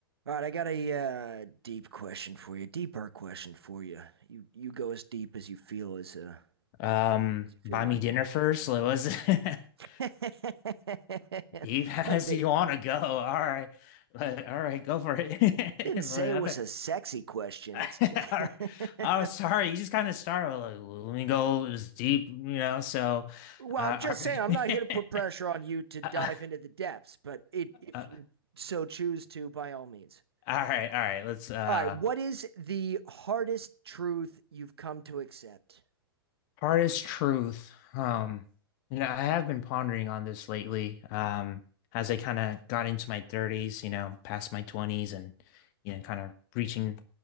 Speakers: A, on the right; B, on the left.
A: All right, I got a uh, deep question for you, deeper question for you. You you go as deep as you feel as uh,
B: Um,
A: as you feel
B: buy
A: like.
B: me dinner first. It was <laughs>
A: <laughs>
B: deep as
A: Okay,
B: you want to go. All right. But, all right, go for it. <laughs>
A: didn't
B: But
A: say it
B: I
A: was
B: bet.
A: a sexy question.
B: <laughs>
A: It's just <laughs>
B: Oh, sorry. You just kind of start with like, let me go as deep, you know. So,
A: well,
B: uh,
A: I'm just
B: all
A: saying I'm not here
B: right.
A: to put pressure on you to
B: <laughs>
A: dive
B: uh,
A: into the depths, but it if
B: uh,
A: you so choose to, by all means.
B: all right, all right. Let's uh
A: All right, what is the hardest truth you've come to accept?
B: Hardest truth. Um, you know, I have been pondering on this lately. Um, as I kind of got into my 30s, you know, past my 20s and you know, kind of reaching